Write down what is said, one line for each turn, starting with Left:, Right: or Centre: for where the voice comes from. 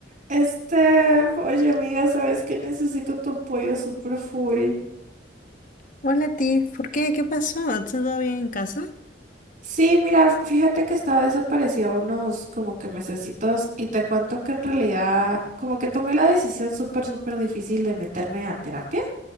Right: Este, oye amiga, sabes que necesito tu apoyo super full.
Left: Hola, Tiff, ¿por qué? ¿Qué pasó? ¿Todo bien en casa?
Right: Sí, mira, fíjate que estaba desaparecida unos como que mesecitos y te cuento que en realidad como que tomé la decisión súper súper difícil de meterme a terapia